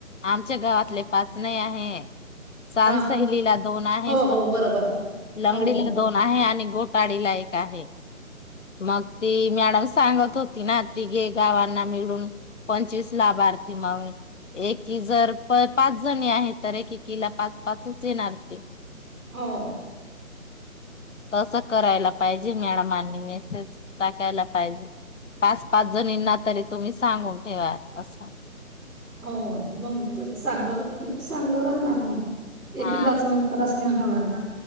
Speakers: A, on the left; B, in the centre.
A: आमच्या गावातले पाच नाही आहे. समसैलीला
B: हां.
A: दोन आहे.
B: हो, हो. बरोबर.
A: लंगडीला
B: हो, हो.
A: दोन आहे. आणि गो आहे. मग ती मॅडम सांगत होती ना. तिघे गावाना मिळून पंचवीस लाभार्थी मग एकी जर प पाच जणी आहेत. तर एकेकीला पाच पाचच येणार ते
B: हो,
A: <inaudible> तसं करायला पाहिजे. मॅडमांनी मॅसेज टाकायला पाहिजे. पाच पाच जणींना तरी तुम्ही सांगून ठेवा. असा,
B: हो, मग तस चांगलं
A: असं.
B: चांगलं राहणार मग
A: हा
B: एकिलाच मग त्रास अस नाही होणार ना.